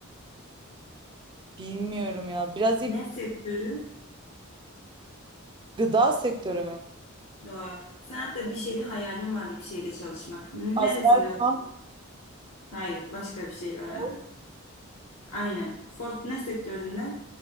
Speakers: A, on the right (about 20°); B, on the left (about 75°).
A: Bilmiyorum ya. Biraz ip.
B: Ne sektörü?
A: Gıda sektörü mü?
B: Yo yo. Sen hatta bir şeyde hayalim vardı bir şeyde çalışmak. Neresiydi?
A: Aselsan,
B: o? Hayır, başka bir şey vardı.
A: Ford,
B: Aynen. Ford ne sektöründe?